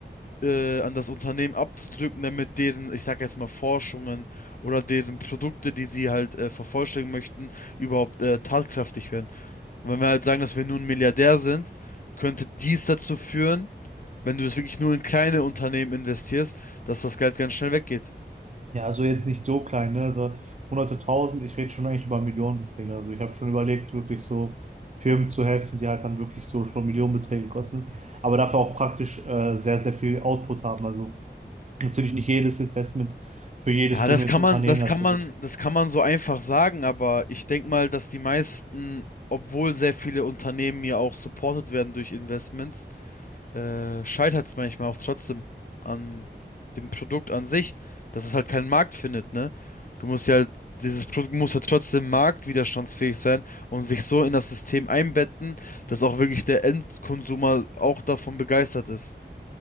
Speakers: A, on the left; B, on the right.
A: äh, an das Unternehmen abzudrücken, damit deren, ich sag jetzt mal, Forschungen oder deren Produkte, die sie halt äh, vervollständigen möchten, überhaupt äh, tatkräftig werden. Und wenn wir halt sagen, dass wir nun Milliardär sind, könnte dies dazu führen, wenn du das wirklich nur in kleine Unternehmen investierst, dass das Geld ganz schnell weggeht.
B: Ja, also jetzt nicht so klein, ne? Also hunderte tausend, ich rede schon eigentlich über Millionenbeträge. Also ich habe schon überlegt, wirklich so Firmen zu helfen, die halt dann wirklich so schon Millionenbeträge kosten, aber dafür auch praktisch äh, sehr, sehr viel Output haben. Also natürlich nicht jedes Investment für jedes
A: Ja,
B: dumme
A: das kann
B: Unternehmen
A: man, das
B: natürlich.
A: kann man, das kann man so einfach sagen, aber ich denke mal, dass die meisten, obwohl sehr viele Unternehmen ja auch supported werden durch Investments, äh, scheitert es manchmal auch trotzdem an dem Produkt an sich, dass es halt keinen Markt findet, ne? Du musst ja halt, dieses Produkt muss ja trotzdem marktwiderstandsfähig sein und sich so in das System einbetten, dass auch wirklich der Endkonsumer auch davon begeistert ist.